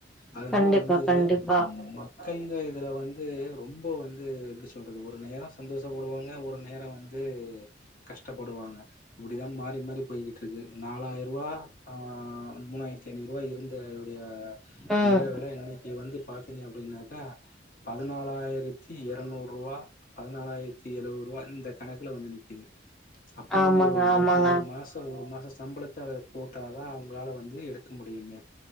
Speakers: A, on the left; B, in the centre.
A: அதனால
B: கண்டிப்பா
A: வந்து
B: கண்டிப்பா
A: மக்கள்க இதுல வந் து ரொம்ப வந்து எப்டி சொல்றது ஒரு நேரோ சந்தோஷப்படுவாங்க ஒரு நேரோ வந்து கஷ்டப்படுவாங்க இப்டிதா மாறி மாறி போய்கிட்டுருக்கு நாளாயரூவா ஆ மூணாயிரத் தி ஐநூரூவா இருந்த உடைய
B: ம்
A: நக வெள இன்னைக்கி வந்து பாத்தீங்க அப்டின்னாக்கா பதினாலாயிரத்தி எரநூரூவா பதினாலாயிரத்தி எழுவதுரூவா இந்த கணக்ல வந்து நிக்கிது அப்பவு
B: ஆமாங்க
A: ஒரு
B: ஆமாங்க
A: ஒருத்து ஒரு மாஸ் த ஒரு மாச சம்பளத்த அத போட்டா தா அவுங்களால வந்து எடுக்க முடியுமே